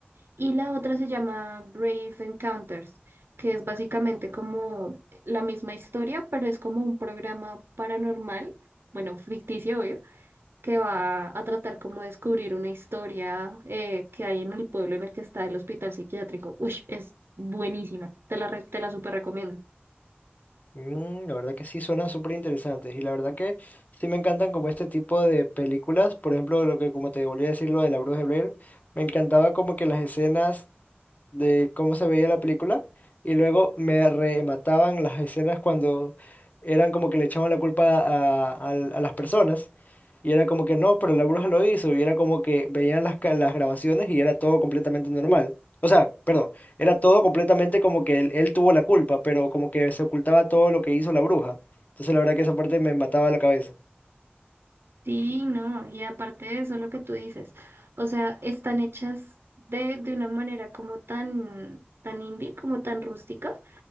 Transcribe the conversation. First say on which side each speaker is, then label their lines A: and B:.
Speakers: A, on the right; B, on the left.
A: y la otra se llama Brave Encounters, que es básicamente como la misma historia, pero es como un programa paranormal, bueno, ficticio, obvio que va a tratar como de descubrir una historia eh, que hay en el pueblo en el que está el hospital psiquiátrico. Uy, es buenísima, te la, re- te la súper recomiendo.
B: Mm, la verdad que sí, suenan súper interesantes y la verdad que sí me encantan como este tipo de películas, por ejemplo, lo que como te volví a decir, lo de la Bruja de Blair, me encantaba como que las escenas de cómo se veía la película y luego me remataban las escenas cuando eran como que le echaban la culpa a, a- a las personas y era como que no, pero la bruja lo hizo y era como que veían las, ca- las grabaciones y era todo completamente normal. O sea, perdón, era todo completamente como que él, él tuvo la culpa, pero como que se ocultaba todo lo que hizo la bruja. Entonces la verdad que esa parte me mataba la cabeza.
A: Sí, no, y aparte de eso, lo que tú dices, o sea, están hechas de, de una manera como tan, tan indie, como tan rústica